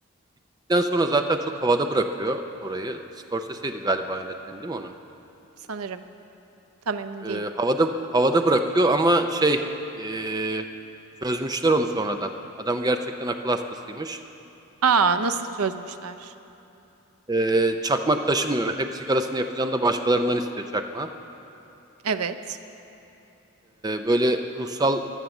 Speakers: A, on the right; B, on the right.
A: bittikten sonra zaten çok havada bırakıyor orayı. Scorsese'ydi galiba yönetmeni değil mi onun?
B: Sanırım. Tam emin değilim.
A: Ee, havada havada bırakıyor ama şey ee, çözmüşler onu sonradan. Adam gerçekten akıl hastasıymış.
B: Aa, nasıl çözmüşler?
A: Ee, çakmak taşımıyor. Hep sigarasını yakacağını da başkalarından istiyor çakma.
B: Evet.
A: böyle ruhsal